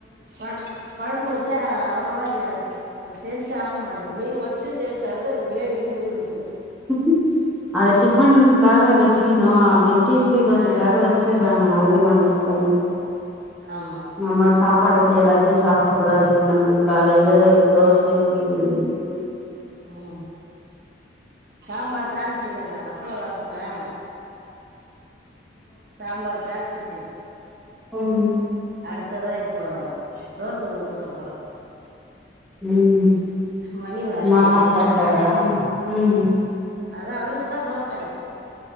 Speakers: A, on the right; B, in the centre.
A: கொழ கொழம்பு வச்சா அவ்ளவா அது சேல்ஸ் ஆக மாட்டது மீன் மட்டும் சேல்ஸ் ஆகுது அது கிரேவி நின்டுத்து
B: அப்ப அது டிஃபனுகாக வச்சு நா அப்படின்னு இட்லி தோசைக்காக
A: ஆ
B: வச்சுடுறாங்க நல்ல மனசு பண்
A: ஆமா
B: நம்ம சாப் படிக்க எல்லாத்தையும் சாப்பிடக் கூடாது நம்மளுக்கு காலையில தோசை ச <inaudible>
A: ம் சாம்பார் தாளிச்சுங்கறேன் அப்பள வர்த்துக்டேன் சாம்பார் தால் சிட்டு
B: உம்
A: அடுத்ததா இப்போ தோச ஊத்த போறேன்
B: உம்
A: மணி வேற
B: மாமா
A: ஆயிடுச்சுல்ல
B: சாப்டாரா உஹம்
A: அதான் அவருக்குதான் தோச